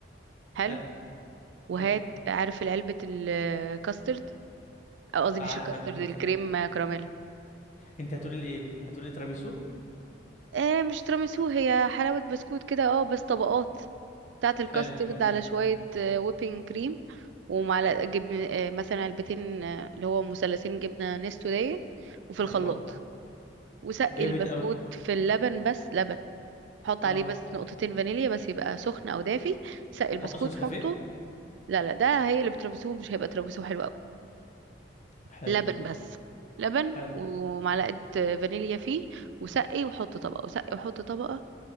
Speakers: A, on the right; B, on the left.
A: حلو
B: حلو
A: وهات
B: حلو
A: عارف علبة الكاسترد آه، قصدي
B: عارف
A: مش الكاسترد
B: علبه الكاستر
A: الكريم كراميل
B: انت هتقولي لي ايه هتقولي لي تيراميسو
A: آه مش تراميسو هي حلاوة بسكوت كده اه بس طبقات بتاعة الكاسترد
B: حلو كمل
A: على شوية ويبنج كريم ومعلقة جبن آه، مثلا علبتين آه، اللي هو مثلثين جبنة نستو ديت وفي الخلاط
B: ايوه
A: وسقي
B: جامد
A: البسكوت
B: قوي
A: في اللبن بس لبن حط
B: اه
A: عليه بس نقطتين فانيليا بس يبقى سخن او دافي سقي البسكوت
B: ما احطش نسكافيه
A: حطه لا لا ده هيقلب تراميسو مش هيبقى تراميسو حلو قوي.
B: حلو
A: لبن بس لبن
B: حلو
A: ومعلقة فانيليا فيه وسقي وحط طبقة وسقي وحط طبقة